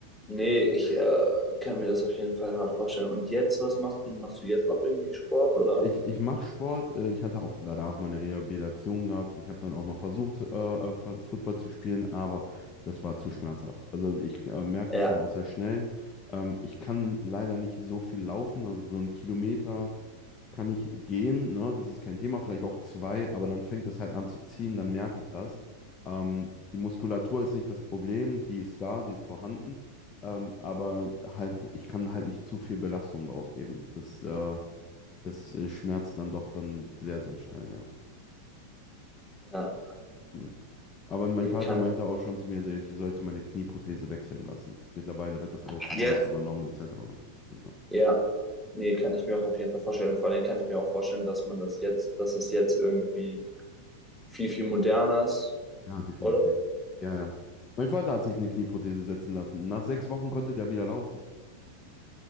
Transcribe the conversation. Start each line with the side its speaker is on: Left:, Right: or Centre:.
Centre: nee, ich äh, kann mir das auf jeden Fall hart vorstellen. Und jetzt, was machst du? Machst du jetzt noch irgendwie Sport oder?
Left: Ich, ich mache Sport. äh, Ich hatte auch danach meine Rehabilitation gehabt. Ich habe dann auch noch versucht, äh, äh, F- Football zu spielen, aber das war zu schmerzhaft. Also ich äh, merke
Centre: Ja,
Left: das dann auch sehr schnell. Ähm, ich kann leider nicht so viel laufen. Also so einen Kilometer kann ich gehen, ne? Das ist kein Thema. Vielleicht auch zwei, aber dann fängt es halt an zu ziehen, dann merke ich das. Ähm, die Muskulatur ist nicht das Problem. Die ist da, die ist vorhanden. Ähm, aber halt, ich kann halt nicht zu viel Belastung drauf geben. Das, äh, das äh, schmerzt dann doch dann sehr, sehr schnell, ja.
Centre: ja,
Left: Mhm. Aber mein
Centre: nee,
Left: Vater
Centre: kann
Left: meinte auch schon zu mir, so, ich sollte meine Knieprothese wechseln lassen. Mittlerweile wird das alles vom
Centre: ich. Jetzt.
Left: Arzt übernommen, etc. Ja,
Centre: Ja, nee, kann ich mir auch auf jeden Fall vorstellen. Vor allem kann ich mir auch vorstellen, dass man das jetzt, dass es jetzt irgendwie viel, viel moderner ist,
Left: ja, definitiv.
Centre: oder?
Left: Ja, ja. Mein Vater hat sich eine Knieprothese setzen lassen. Nach sechs Wochen konnte der wieder laufen.